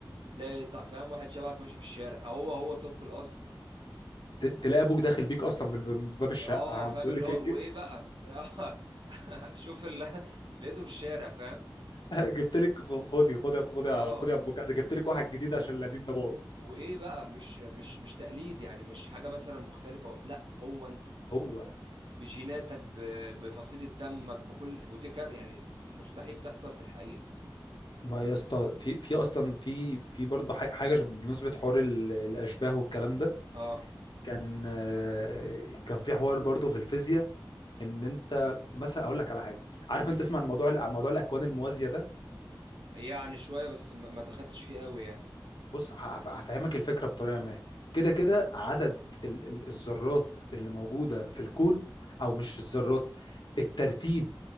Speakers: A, on the right; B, on the left.
A: تلاقي سا- فاهم واحد شبهك ماشي في الشارع هو هو طبق الاصل
B: ت- تلاقي ابوك داخل بيك اصلا من من باب الشقه
A: اه فاهم
B: بقول
A: اللي
B: لك
A: هو
B: إيه، <laughs> ج-
A: وايه بقى <laughs> آه، شوف اللي <laughs> لقيته في الشارع فاهم
B: جبت لك خدي خدي خدي
A: اه
B: خدي يا ابو كذا جبت لك واحد جديد عشان
A: و...
B: القديم ده باظ
A: وايه بقى مش مش مش تقليد يعني مش حاجه مثلا مختلفه لا هو انت
B: هو
A: بجيناتك ب... بفصيله دمك بكل ودي كار يعني مستحيل تحصل في الحقيقه
B: ما يا اسطى في في اصلا في في برضه ح- حاجه ش- بالنسبه حوار ال- الاشباه والكلام ده
A: اه
B: كان آه، كان في حوار برضو في الفيزياء ان انت مثلا اقول لك على حاجه عارف
A: امم
B: انت تسمع الموضوع عن موضوع الاكوان الموازيه ده
A: يعني شويه بس ما ما دخلتش فيه قوي يعني
B: بص هف- هفهمك الفكره بطريقه ما كده كده عدد ال ال الذرات اللي موجوده في الكون او مش الذرات الترتيب